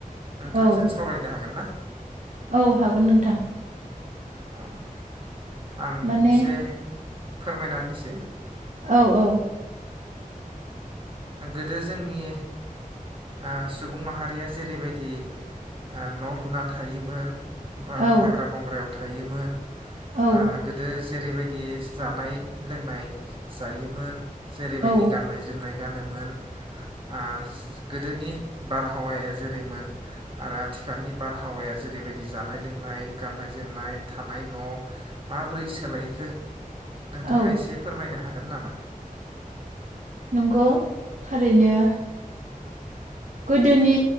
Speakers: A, on the right; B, on the right.
A: नोंथांजों
B: औ
A: सावरायनो हा हागोन ना?
B: औ हागोन नोंथां।
A: <inaudible> आं
B: माने
A: एसे फोरमायना होनिसै।
B: औ औ।
A: गोदो जोंनि ओ सुबुं माहारिया जेरैबायदि आ न' लुना थायोमोन बा
B: औ
A: हाग्रा बंग्रायाव थायोमोन।
B: औ
A: आ गोदो जेरैबायदि जानाय लोंनाय जायोमोन जेरैबायदि
B: औ
A: गाननाय जोमनाय गानोमोन आ गोदोनि बारहावाया जेरैमोन आरो आथिखालनि बारहावाया जेरैबायदि जानाय लोंनाय गाननाय जोमनाय थानाय न' माबोरै सोलायखो नोंथाङा
B: औ
A: एसे फोरमायनो हाग गोन नामा
B: नंगौ थारैनो गोदोनि